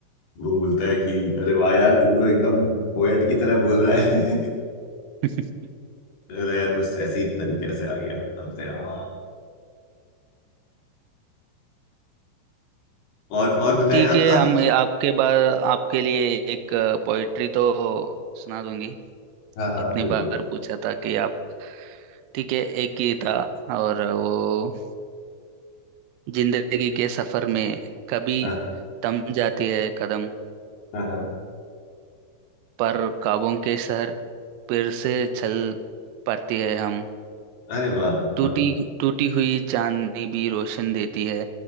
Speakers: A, on the left; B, on the right.
A: वो बोलता है कि अरे वाह यार तू तो एकदम पोएट की तरह बोल रहा है <laughs>
B: <laughs>
A: अरे यार बस ऐसे ही पता नहीं कैसे आ गया अपने आप और और बताएं
B: ठीक
A: आप
B: है हम
A: आप
B: आपके बार आपके लिए एक पोइट्री तो सुना दूंगी
A: हाँ हाँ
B: इतनी
A: बिल्कुल
B: बार पूछा था कि आप ठीक है एक ही था और वो जिंदगी के सफर में कभी
A: हाँ
B: थम जाती है कदम
A: हाँ हाँ
B: पर ख्वाबों के शहर फिर से चल पड़ती है हम
A: अरे वाह
B: टूटी
A: वाह
B: टूटी हुई चांदनी भी रोशन देती है